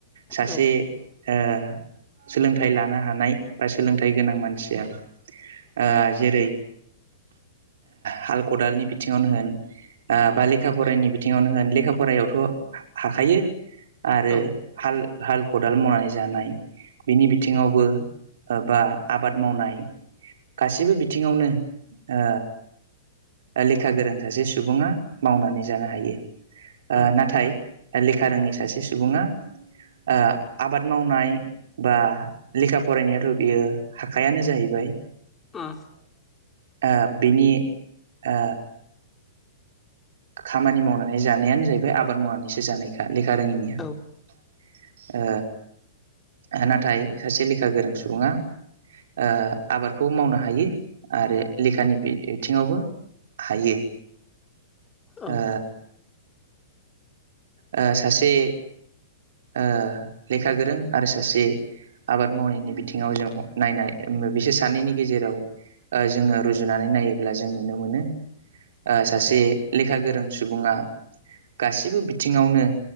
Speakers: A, on the right; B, on the left.
A: सासे
B: औ
A: ओ सोलोंथाइ लानो हानाय बा सोलोंथाइ गोनां मानसिया ओ जेरै हाल खदालनि बिथिङावनो होन ओ बा लेखा फरानि बि थिङावनो होन लेखा फरायावथ' हाखायो आरो
B: औ
A: हाल हाल खदाल मावनानै जानाय बिनि बिथिङावबो ओ बा आबाद मावनाय गासैबो बिथिङावनो ओ ओ लेखा गोरों सासे सुबुङा मावनानै जानो हायो। ओ
B: औ उम
A: नाथाय लेखा रोङै सासे से सुबुङा ओ आबाद मावनाय बा लेखा फरायनायाथ' बियो हाखायानो जाहैबाय ओ
B: उम
A: ओ बिनि ओ खामानि मावनानै जानायानो जाहैबाय आबाद मावनानैसो जानायखा लेखा रोङिनिया ओ
B: औ
A: ओ नाथाय सासे लेखा गोरों सुबुङा ओ आबादखौबो मावनो हायो आरो लेखानि बि-बिथिङावबो हायो
B: औ
A: ओ‌। ओ सासे ओ लेखा गोरों आरो सासे आबाद मावनायनि बिथिङाव जों नायनाय बिसोर सानैनि गेजेराव ओ जोङो रुजुनानै नायोब्ला जों नुनो मोनो ओ सासे लेखा गोरों सुबुङा गासिबो बिथिङावनो